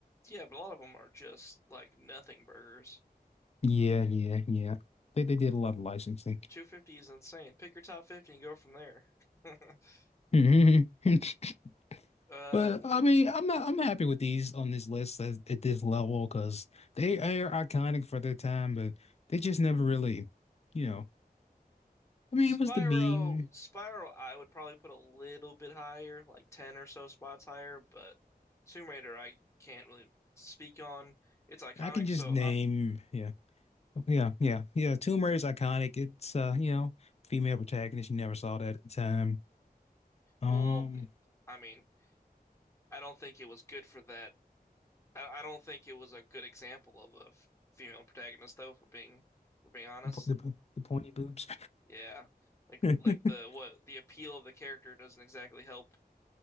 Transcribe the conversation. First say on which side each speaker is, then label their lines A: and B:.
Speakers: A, on the left; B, on the left.
A: Yeah, but a lot of them are just like nothing burgers.
B: Yeah, yeah, yeah. They they did a lot of licensing.
A: 250 is insane. Pick your top 50 and go from there. <laughs>
B: <laughs>
A: Uh,
B: But I mean, I'm not I'm happy with these on this list at, at this level because they are iconic for their time, but they just never really, you know. I mean,
A: Spyro,
B: it was the meme.
A: Spyro, I would probably put a little bit higher, like 10 or so spots higher, but Tomb Raider, I can't really speak on. It's iconic,
B: I can just
A: so
B: name,
A: I'm,
B: yeah, yeah, yeah, yeah. Tomb Raider is iconic. It's uh, you know, female protagonist. You never saw that at the time. Um,
A: well, I mean, I don't think it was good for that. I, I don't think it was a good example of a f- female protagonist, though, for being, for being honest.
B: the po- the, po- the pointy boobs.
A: Yeah. Like
B: <laughs>
A: like the what the appeal of the character doesn't exactly help